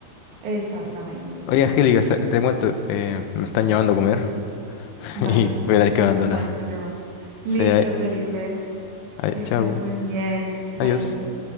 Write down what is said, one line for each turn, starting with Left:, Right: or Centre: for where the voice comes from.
Right: Exactamente.
Left: Oye, Angélica, sa- te cuento, eh, me están llevando a comer <laughs>
Right: Vale,
Left: y voy a tener que
Right: no
Left: abandonar.
Right: hay problema. Listo,
Left: Sí, ahí-
Right: Felipe,
Left: ahí-
Right: que estés
Left: chau.
Right: muy bien. Chaito.
Left: Adiós.